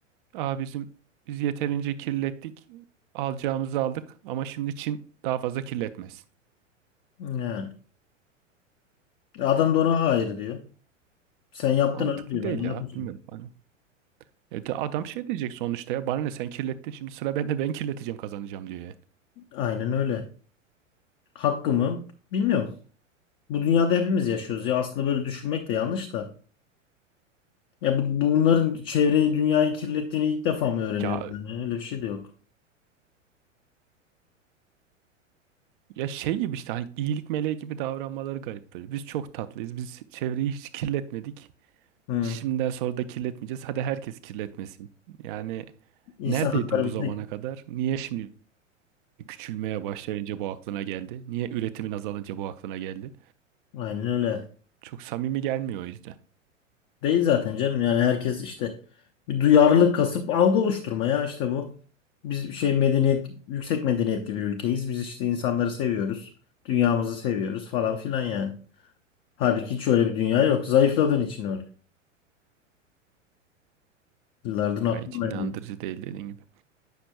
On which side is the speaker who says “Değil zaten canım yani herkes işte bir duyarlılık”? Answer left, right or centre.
Left